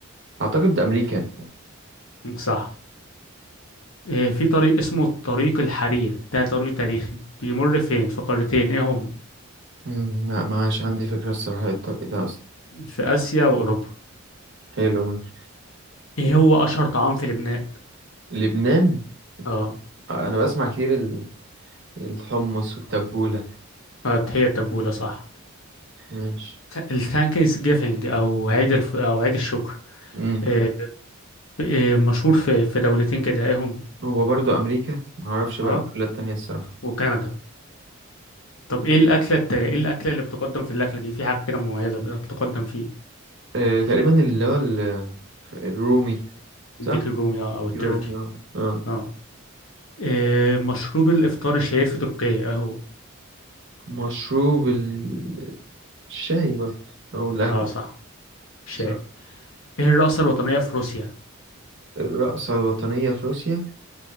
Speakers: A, on the right; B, on the left.
A: اعتقد امريكا
B: صح إيه في طريق اسمه طريق الحرير ده طريق تاريخي بيمر فين في قارتين إيه هم
A: مم، لا معاش عندي فكرة الصراحة إيه الطريق ده أصلا
B: في آسيا وأوروبا
A: حلو ماشي
B: إيه هو أشهر طعام في لبنان
A: لبنان
B: اه
A: أنا بسمع كتير ال- الحمص والتبولة
B: آه، هي التبولة صح
A: ماشي
B: الثانكس جيفينج أو عيد الف... أو عيد الشكر
A: مم.
B: إيه إيه مشهور في في دولتين كده إيه هم
A: هو برضو أمريكا معرفش بقى
B: اه
A: الدولة التانية الصراحة
B: وكندا طب ايه الاكله الت... ايه الاكله اللي بتقدم في الاكله دي في حاجه كده مميزه بت- بتقدم فيه
A: أه تقريبا اللي هو ال- الرومي صح؟
B: الديك الرومي اه، او التركي
A: الرومي اه اه
B: اه إيه مشروب الافطار الشهير في تركيا اهو
A: مشروب ال- الشاي برضه أو القهوة
B: اه صح شاي
A: صح
B: ايه الرقصه الوطنيه في روسيا
A: الرقصة الوطنية في روسيا